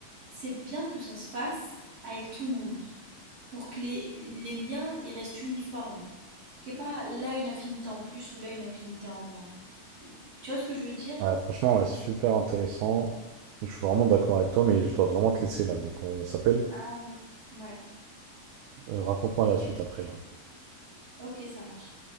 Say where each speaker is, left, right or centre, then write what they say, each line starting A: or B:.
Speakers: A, on the right; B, on the right.
A: C'est bien que ça se fasse avec tout le monde, pour que les, les liens, ils restent uniformes, qu'il n'y ait pas là une affinité en plus ou là une affinité en moins. Tu vois ce que je veux dire?
B: Ouais, franchement, ouais, super intéressant. Je suis vraiment d'accord avec toi, mais je dois vraiment te laisser là. Donc on s'appelle.
A: Ah oui. Ouais.
B: Euh, raconte-moi la suite après là.
A: OK, ça marche.